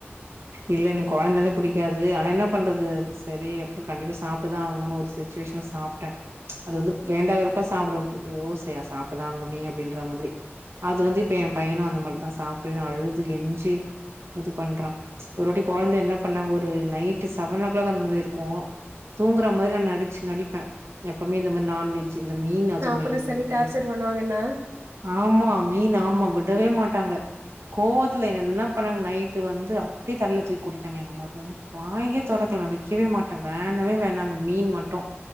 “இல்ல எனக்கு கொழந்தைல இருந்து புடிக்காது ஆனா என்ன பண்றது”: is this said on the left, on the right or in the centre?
Right